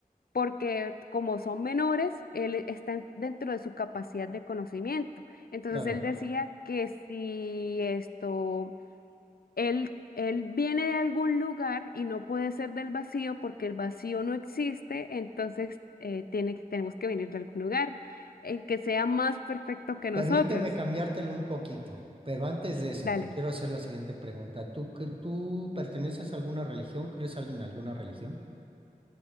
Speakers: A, on the left (about 80°); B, on the right (about 35°).
A: porque como son menores, él está en- dentro de su capacidad de conocimiento. Entonces
B: claro.
A: él decía que si esto él, él viene de algún lugar y no puede ser del vacío porque el vacío no existe, entonces eh, tiene, que- tenemos que venir de algún lugar, el que sea más perfecto que nosotros.
B: Permíteme cambiártelo un poquito, pero antes de eso,
A: Dale,
B: te quiero hacer la siguiente pregunta. ¿Tú, cre- tú perteneces a alguna religión? ¿Crees algo en alguna religión?